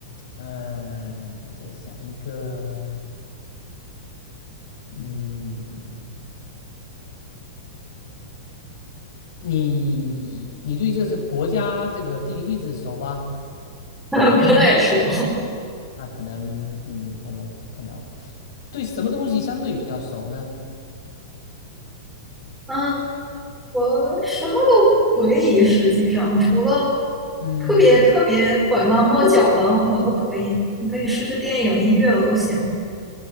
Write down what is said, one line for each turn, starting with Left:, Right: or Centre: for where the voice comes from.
Left: 嗯、我再想一个，嗯，你你对这是国家这个地理位置熟吧？
Centre: <laughs> 不太熟。
Left: 那可能，嗯，我们嗯，那对什么东西相对比较熟呢？
Centre: 嗯，我什么都可以，实际上除了
Left: 嗯
Centre: 特别特别拐弯抹角的，我都可以。你可以试试电影、音乐，我都行。